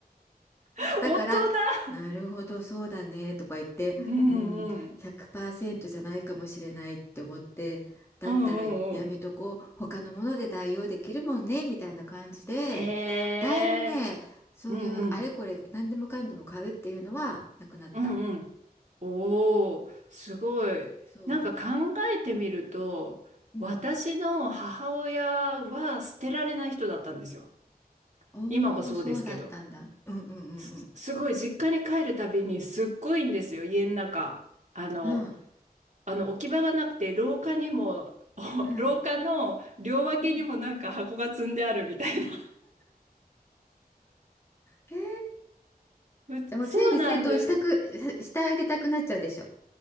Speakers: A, on the right; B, on the left.
A: 大人。
B: だから、なるほど、そうだね、とか言って、
A: うんうん、
B: うん、100%じゃないかもしれないって思って、だったらやめとこう、
A: うんうんうん。
B: 他のもので代用できるもんね、みたいな感じで、
A: へえ、
B: だいぶね、そういうあれこれ何でもかんでも買うっていうのはなくなった。
A: うんうん。うんうん。おー、すごい。
B: そう。
A: なんか考えてみると、
B: うん。
A: 私の母親は捨てられない人だったんですよ。
B: おお、
A: 今もそうですけど。
B: そうだったんだ。うんうんうん
A: す、すごい、実家に帰るたびにすっごいんですよ、家の中。あの、
B: うん。うん
A: あの置き場がなくて、廊下にも、<laughs>
B: うん
A: 廊下の両脇にもなんか箱が積んであるみたいな。
B: うん。へえ。
A: うそうなんで、
B: じゃあもう整理整頓したく、ししてあげたくなっちゃうでしょ。